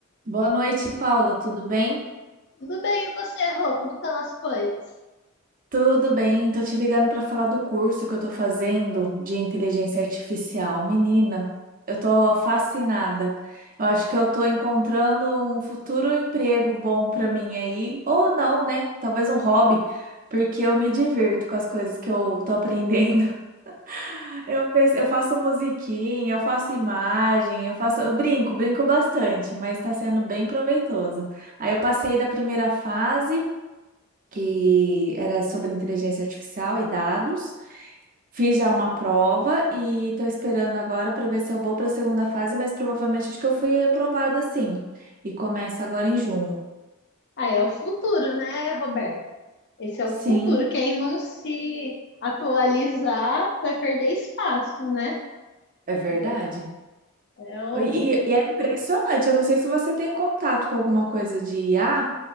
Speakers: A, on the right; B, on the left.
A: Boa noite, Paula. Tudo bem?
B: Tudo bem, e você, Rô? Como estão as coisas?
A: Tudo bem. Tô te ligando para falar do curso que eu tô fazendo de inteligência artificial. Menina, eu tô fascinada. Eu acho que eu tô encontrando um futuro emprego bom para mim aí, ou não, né? Talvez um hobby, porque eu me divirto com as coisas que eu tô aprendendo. <laughs> Eu penso, eu faço musiquinha, eu faço imagem, eu faço, eu brinco, brinco bastante, mas está sendo bem proveitoso. Aí eu passei da primeira fase. que era sobre inteligência artificial e dados. Fiz já uma prova e estou esperando agora para ver se eu vou para a segunda fase, mas provavelmente acho que eu fui aprovada sim. E começa agora em junho.
B: Ah, é o futuro, né, Roberto? Esse é
A: Sim,
B: o futuro. Quem não se atualizar vai perder espaço, né?
A: é verdade.
B: É é o...
A: E, e é impressionante. Eu não sei se você tem contato com alguma coisa de IA,